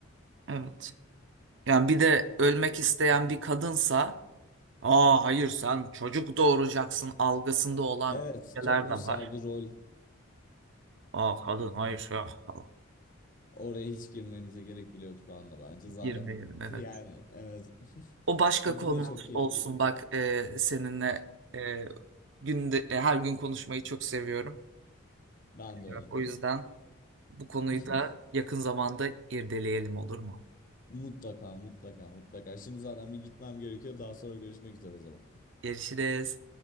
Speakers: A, on the right (about 55°); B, on the left (about 40°).
A: Evet. Yani bir de ölmek isteyen
B: Mhm.
A: bir kadınsa, aa hayır sen çocuk doğuracaksın algısında olan
B: Evet,
A: şeyler
B: toplumsal
A: de var.
B: bir rol.
A: Aa kadın hayır ya falan.
B: Oraya hiç girmemize gerek bile yok şu anda bence. Zaten
A: Girmeyelim
B: bu-
A: evet.
B: yani evet. <laughs>
A: O başka
B: Yine
A: konumuz
B: çok keyifliydi.
A: olsun bak e, seninle e, günde, e, her gün konuşmayı çok seviyorum.
B: Ben de
A: Evet,
B: öyle.
A: O yüzden bu konuyu
B: <laughs>
A: da yakın zamanda irdeleyelim olur mu?
B: Mutlaka mutlaka mutlaka. Şimdi zaten bir gitmem gerekiyor. Daha sonra görüşmek üzere o zaman.
A: Görüşürüz.